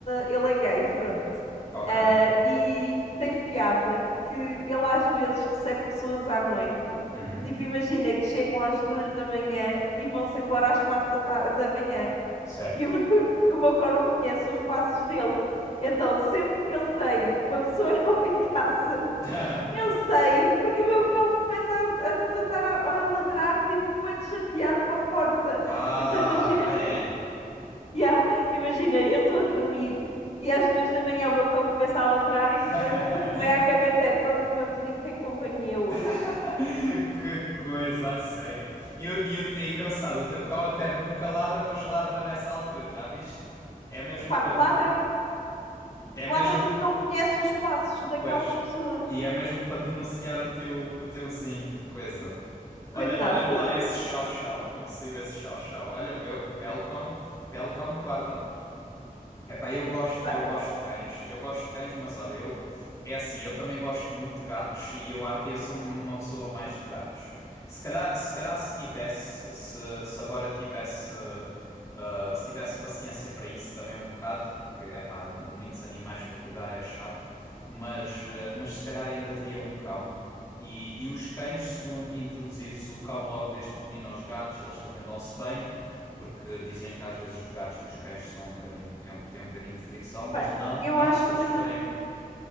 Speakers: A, on the left; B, on the left.
A: ele é gay, <laughs> pronto.
B: ok,
A: Ah, Ok. e tem piada que ele às vezes recebe pessoas à noite.
B: uhum,
A: Tipo, imagina que chegam às duas da manhã e vão-se embora às quatro da, ta- da manhã
B: certo.
A: e o, <laughs> o meu cão não conhece os passos dele. Então, sempre que ele tem uma pessoa <laughs> nova em casa,
B: <laughs>
A: eu sei, porque o meu cão começa a, a desatar a, a ladrar, tipo, bué de chateado para a porta.
B: Ah,
A: Então, imagina,
B: ah é.
A: <laughs> yeah, imagina, eu estou a dormir e às duas da manhã o meu cão começa a ladrar e
B: <laughs>
A: a primeira coisa que me vem à cabeça é: pronto, o meu vizinho tem companhia hoje.
B: <laughs> Que coisa, a sério. E, o- e o- é engraçado, o teu cão até nunca ladra, mas ladra nessa altura, já viste? É mesmo
A: Epá,
B: para
A: ladra,
B: é
A: ladra
B: mesmo,
A: porque não conhece os passos daquelas
B: pois.
A: pessoas.
B: E é mesmo para denunciar o teu o teu zinho, que coisa. Olha,
A: Coitado.
B: olha-me lá esse chau-chau, como saiu esse chau-chau. Olha, be belo cão, belo cão de guarda. Epá, eu gosto,
A: <laughs>
B: eu gosto de cães, eu gosto de cães, mas olha, eu é assim, eu também gosto muito de gatos e eu, a- eu sou uma pessoa mais de gatos. Se calhar, se calhar se tivesse, se, se agora tivesse, uh, se tivesse paciência para isso também um bocado, porque epá, muitos animais para cuidar é chato, mas, uh, mas se calhar ainda teria um cão. E, e os cães, se tu introduzires o cão logo desde pequenino aos gatos, eles também dão-se bem porque dizem que às vezes os gatos e os cães são um bocadinho, é um, têm um bocadinho de fricção, mas
A: Epá,
B: não,
A: eu
B: não
A: acho
B: se eles
A: que
B: forem.